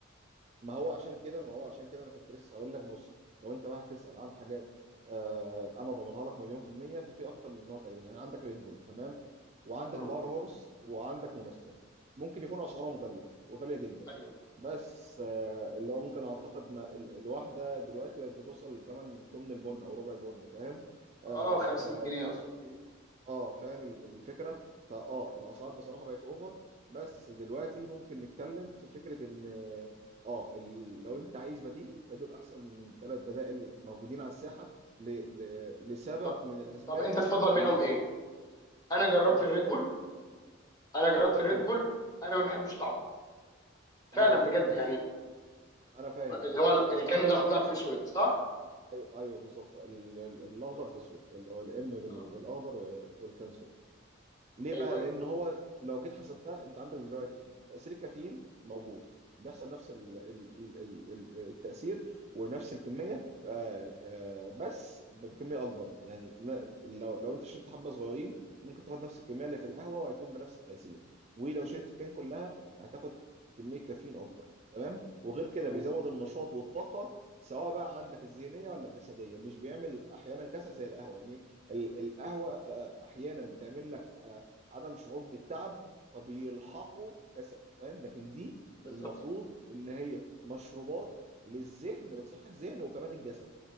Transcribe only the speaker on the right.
ما هو عشان كده ما هو عشان كده انا كنت لسه هقول لك بص لو انت بقى هتسأل عن حاجات آه انا ضامنها لك مليون في المية ففي اكتر من نوع تقريبا يعني عندك ريد بول تمام وعندك
باور هورس وعندك مونستر ممكن يكون اسعارهم غالية وغالية جدا
بس آه اللي هو ممكن اعتقد ما ال- الواحدة دلوقتي بقت بتوصل لثمن تمن البن او ربع البن فاهم آه
ف
اه فاهم ال- الفكره فاه الاسعار بصراحه بقت اوفر بس دلوقتي ممكن نتكلم في فكره ان اه ال- لو انت عايز بديل فدول احسن ثلاث بدائل موجودين على الساحه ل... ل... لسبب
من الاسباب
وان
هو
انا
افضل
م-
انا بفضل
مونستر
انا فاهم
آه،
آه،
انا
انا ح...
ايوه أيوة بالظبط ال- ال- الاخضر
في اسود اللي هو الام بال-
بالاخضر وال- والكان سود ليه
بقى؟
لأن هو لو جيت حسبتها أنت عندك دلوقتي تأثير الكافيين موجود بيحصل نفس ال- ال- ال- ال- ال- التأثير ونفس الكمية آه، آه، بس بكمية أكبر يعني ن- لو لو أنت شربت حبة صغيرين ممكن تاخد نفس الكمية اللي في القهوة وهيكون بنفس التأثير ولو شربت الكان كلها هتاخد كمية كافيين أكبر تمام وغير كده
بيزود النشاط والطاقة سواء بقى عندك الذهنية ولا الجسدية مش بيعمل أحيانا كسل زي القهوة يعني ال- القهوة آه، أحيانا بتعمل لك آه، عدم شعور بالتعب فبيلحقوا كسل فاهم لكن دي
المفروض ان هي مشروبات للذهن بتصحي الذهن وكمان الجسد